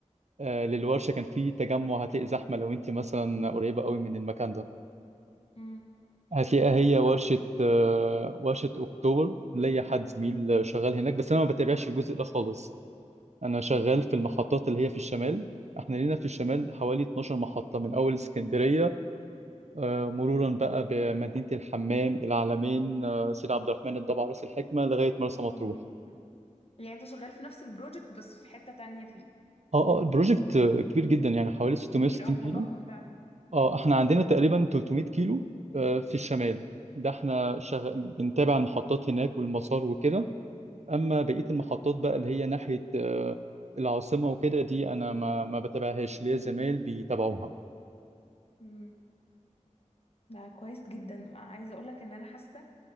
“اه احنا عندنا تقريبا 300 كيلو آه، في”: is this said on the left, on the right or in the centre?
Right